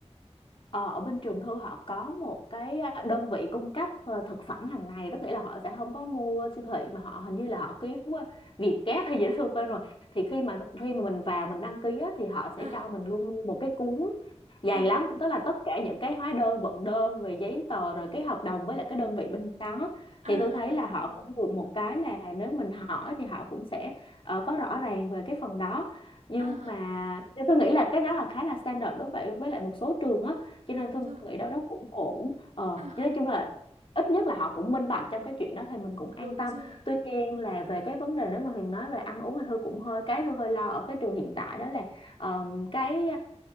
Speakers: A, on the left; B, on the right.
A: Ờ, ở bên trường Thư họ có một cái ờ, đơn vị cung cấp ờ, thực phẩm hàng ngày đó nghĩa là họ sẽ không có mua siêu thị mà họ hình như là họ ký qua Vietgap hay gì đó Thư quên rồi thì khi mà khi mà mình vào mình đăng ký á, thì họ sẽ
B: À,
A: cho mình luôn mua một cái cuốn dày
B: à,
A: lắm tức là tất cả những cái hóa đơn vận đơn về giấy tờ rồi cái hợp đồng với lại cái đơn vị bên đó
B: à,
A: thì
B: à,
A: tôi thấy là họ
B: à,
A: cũng
B: à,
A: được một cái là nếu mình hỏi thì họ cũng sẽ ờ, có rõ ràng về cái phần đó nhưng
B: à,
A: mà tôi nghĩ là cái đó là khá là standard đối với với lại một số trường á cho
B: đúng
A: nên tôi
B: rồi.
A: nghĩ đâu đó cũng ổn ờ
B: À,
A: nhưng
B: à,
A: nói chung là ít nhất là họ cũng minh bạch trong cái chuyện đó thì mình cũng an
B: đúng
A: tâm
B: rồi.
A: tuy nhiên là về cái vấn đề nếu mà Huyền nói về ăn uống thì Hương cũng hơi cái Hương hơi lo ở cái trường hiện tại đó là ờ, cái